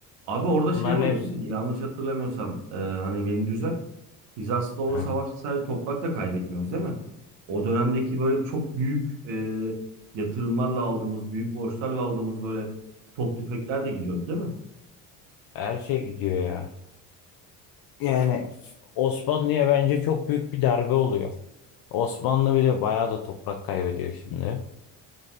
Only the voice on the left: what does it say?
Bunların
hepsi
Hı,
her şey gidiyor ya. Yani Osmanlı'ya bence çok büyük bir darbe oluyor. Osmanlı bile bayağı da toprak kaybediyor şimdi.